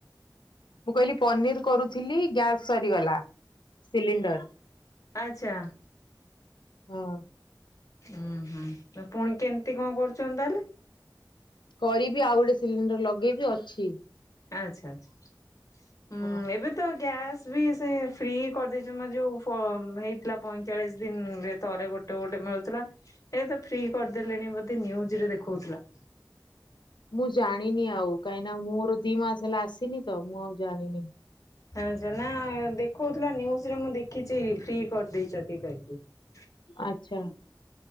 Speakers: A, on the left; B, on the left.
A: ମୁଁ କହିଲି ପନିର କରୁଥିଲି ଗ୍ୟାସ୍ ସରିଗଲା, ସିଲିଣ୍ଡର
B: ଆଚ୍ଛା।
A: ହ
B: ଉୁଁ ହୁଁ ପୁଣି କେମିତି କଣ କରୁଛଛନ୍ତି ତାହେଲେ?
A: କରିବି, ଆଉ ଗୋଟେ ସିଲିଣ୍ଡର ଲଗେଇକି ଅଛି।
B: ଆଛା ଆଚ୍ଛା ହୁଁ
A: ହଁ।
B: ଏବେ ତ ଗ୍ୟାସ୍ ବି ସେ ଫ୍ରି କରିଦେଇଛନ୍ତି ମ ଯୋଉ ଫ ହେଇଥିଲା ପଇଁଚାଳିଶ ଦିନରେ ଥରେ ଗୋଟ୍ ଗୋଟେ ଗୋଟେ ମିଳୁଥିଲା ଏ ତ ଫ୍ରି କରିଦେଲେଣି ବୋଧେ ନିଉଜ ରେ ଦେଖଉଥିଲା।
A: <inaudible> ଜାଣିନି ଆଉ କାହିଁକି ନା ମୋର ଦି ମାସେ ହେଲା ଆସିନି ତ ମୁଁ ଆଉ ଜାଣିନି।
B: <unintelligible> ଆଛ ନା ଦେଖଉଥିଲା ନିଉଜ୍ ରେ ମୁଁ ଦେଖିଛି ଫ୍ରି କରିଦେଇଛନ୍ତି। <unintelligible>
A: ଆଚ୍ଛା।